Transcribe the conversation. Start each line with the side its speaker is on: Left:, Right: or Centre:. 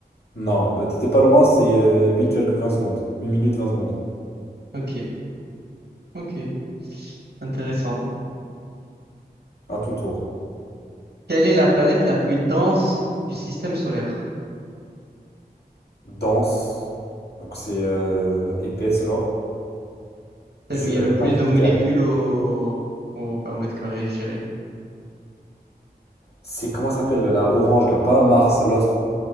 Left: Non, bah, t'étais pas loin, c'est euh, huit virgule vingt secondes. huit minutes 20 secondes.
Right: Ok, ok, intéressant.
Left: À ton tour.
Right: Quelle est la planète la plus dense du système solaire?
Left: Dense. Donc c'est euh, épaisse, genre.
Right: Celle
Left: Ju-
Right: où il y
Left: euh,
Right: a le plus
Left: pas Jupiter.
Right: de molécules au, au, bah, au mètre carré, je dirais.
Left: C'est comment ça s'appelle la orange là? Pas Mars, l'autre.